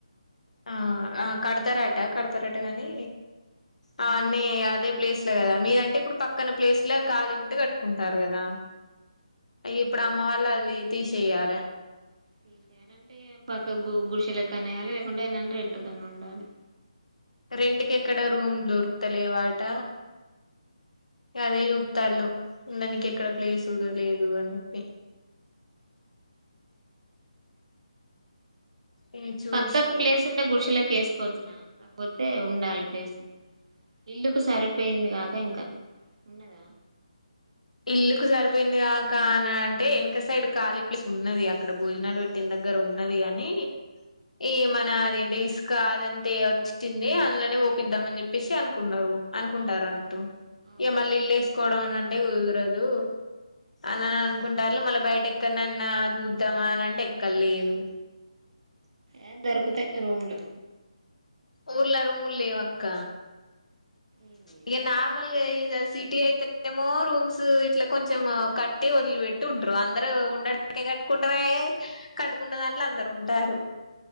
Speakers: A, on the left; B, on the right.
A: ఆ ఆ కడతరట కడతరట గాని ఆ అన్నీ అదే ప్లేస్ ల గదా మీరంటే ఇప్పుడు పక్కన ప్లేస్ లో ఖాళీ ఉంటే గట్టుకుంటారు గదా ఇప్పుడు అమ్మ వాళ్ళు అది తీసేయాలి
B: తీసేయాలంటే పక్క గుడిసెలేకన్నా యెయాలి లేకుంటే రెంట్ కన్న ఉండాలే
A: రెస్ట్ కి ఎక్కడ రూమ్ దొరుకుత లేవట అదే చూత్తాళ్ళు ఉండనీకి ఎక్కడ ప్లేసు లేదు అని చెప్పి <inaudible> ఇగ చూసి
B: పక్కకు ప్లేస్ ఉంటే గుడిసెలెక్క యేసుకోవచ్చురా కాకపోతే ఉండాలి ప్లేస్ ఇల్లుకు సరిపోయింది గాక ఇంకా ఉన్నదా
A: ఇల్లుకు సరిపోయింది గాక అంటే యెనక సైడ్ ఖాళీ ప్లేస్ ఉన్నది అక్కడ భోజనాలు పెట్టిన దగ్గర ఉ ఉన్నది గానీ ఏ మనా అది డిసుకా అదంతే వచ్చింది అందులోనే వోపిద్దాం అని జెప్పేసి అనుకున్నారు అనుకుంటార
B: అవునవును
A: అన్నటూ
B: అవునవును
A: ఇగ మళ్ళీ ఇల్లు యేసుకోవడం అనంటే కుదరదు అనన అనుకుంటారు మళ్ళీ బయట ఎక్కడనన్నా జూద్దామా అని అంటే ఎక్కడ లేదు
B: ఏ దొరుకుతాయి రూమ్లు
A: ఊర్ల రూముల్ లేవాక్క
B: ఏంది
A: ఇగ నార్మల్గా జ సిటీ అయితేమో రూమ్స్ ఇట్లా కొంచెం కట్టి వదిలిపెట్టి ఉంటారు అందరుూ ఉండడానికి కట్టుకుంటార కట్టుకున్న దానిట్లో అందరు ఉంటారు